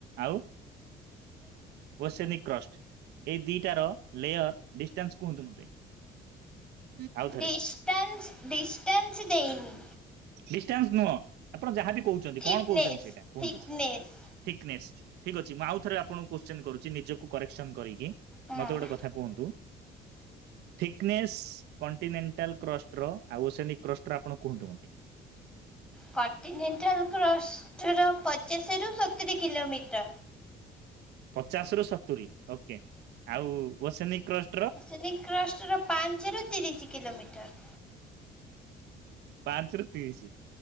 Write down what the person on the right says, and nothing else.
ଆଉ ଓସେନିକ୍ କ୍ରଷ୍ଟ। ଏଇ ଦିଟାର ଲେୟର୍ ଡିଷ୍ଟାନ୍ସ କୁହନ୍ତୁ ମତେ ଆଉ ଥରେ
ଡିଷ୍ଟାନ୍ସ ନୁହଁ ଆପଣ ଯାହାବି କହୁଚନ୍ତି
କଣ କହୁଚନ୍ତି ସେଇଟା କୁହନ୍ତୁ?
ଥିକନେସ୍ ଠିକ୍ ଅଛି ମୁଁ ଆଉ ଥରେ ଆପଣଙ୍କୁ କୋଶ୍ଚିନ କରୁଛି ନିଜକୁ କରେକ୍ସନ କରିକି
ମତେ ଗୋଟେ କଥା କୁହନ୍ତୁ ଥିକ୍ନେସ୍ <unintelligible> କଣ୍ଟିନେଣ୍ଟାଲ୍ କ୍ରଷ୍ଟର ଆଉ ଓସେନିକ୍ କ୍ରଷ୍ଟର ଆପଣ କୁହନ୍ତୁ ମତେ?
ପଚାଶ ରୁ ସତୁରି ଓକେ ଆଉ ଓସେନିକ୍ କ୍ରଷ୍ଟ୍
ପାଞ୍ଚ ରୁ ତିରିଶି